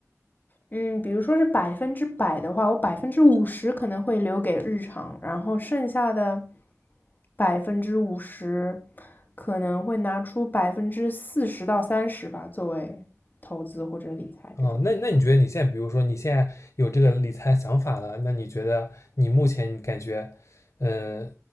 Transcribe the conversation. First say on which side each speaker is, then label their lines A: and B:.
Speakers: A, on the left (about 35°); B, on the left (about 65°).
A: 嗯，比如说是百分之百的话，我百分之五十可能会留给日常，然后剩下的百分之五十可能会拿出百分之四十到三十吧，作为投资或者理财这种。
B: 啊、那那你觉得你现在，比如说你现在有这个理财想法了，那你觉得你目前你感觉，呃，